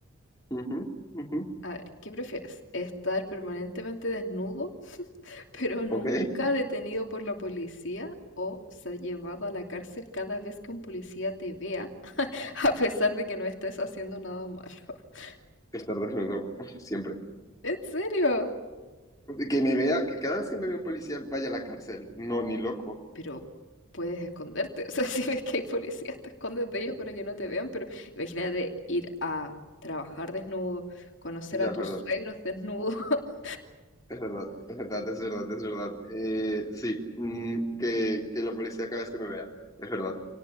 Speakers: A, on the left (about 15°); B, on the left (about 60°).
A: Ujú, ujú.
B: A ver, ¿qué prefieres? ¿Estar permanentemente desnudo, <laughs> pero nunca
A: Ok.
B: detenido por la policía? ¿O ser llevado a la cárcel cada vez que un policía te vea, <laughs> a pesar de que no estés haciendo nada malo? <laughs>
A: Estar desnudo, siempre.
B: ¿En serio?
A: Que me vea, que cada vez que me vea un policía vaya a la cárcel. No, ni loco.
B: Pero puedes esconderte. <laughs> O sea, si ves que hay policías, te escondes de ellos para que no te vean. Pero imagínate ir a trabajar desnudo, conocer
A: Ya,
B: a tus
A: es verdad.
B: suegros desnudo. <laughs>
A: Es verdad, es verdad, es verdad, es verdad. Eh, sí, mm, que, que la policía cada vez que me vea. Es verdad.